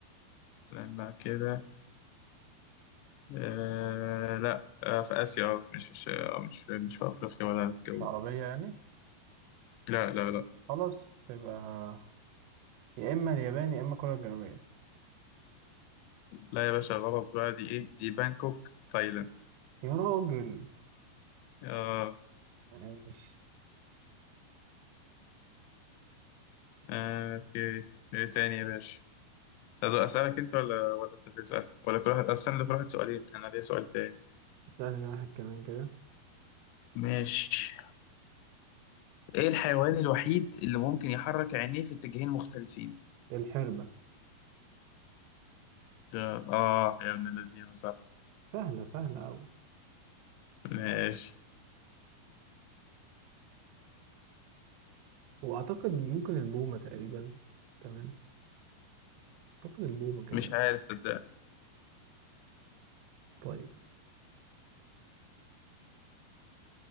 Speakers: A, on the left; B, on the right.
A: لا كده آه لا آه في آسيا آه، مش مش آه، مش في مش في أفريقيا ولا في الجو
B: مش عربية يعني
A: لا لا لا
B: خلاص تبقى يا إما اليابان يا إما كوريا الجنوبية
A: لا يا باشا غلط بقى دي إيه دي بانكوك تايلاند
B: يا راجل
A: آه
B: ماشي
A: آه أوكي إيه تاني يا باشا طب أسألك أنت ولا ولا أنت تسأل ولا كل واحد أستنى كل واحد سؤالين أنا ليا سؤال تاني
B: اسألني واحد كمان كده
A: ماشي إيه الحيوان الوحيد اللي ممكن يحرك عينيه في اتجاهين مختلفين
B: الحربة
A: ده آه يا ابن الذين صح
B: سهلة سهلة أوي
A: ماشي
B: وأعتقد ممكن البومة تقريبا كمان أعتقد البومة كمان
A: مش عارف صدق
B: طيب